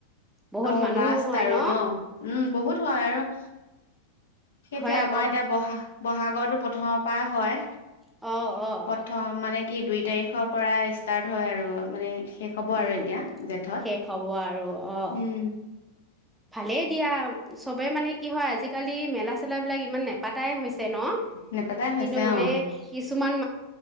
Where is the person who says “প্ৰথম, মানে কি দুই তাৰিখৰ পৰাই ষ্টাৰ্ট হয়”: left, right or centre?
Left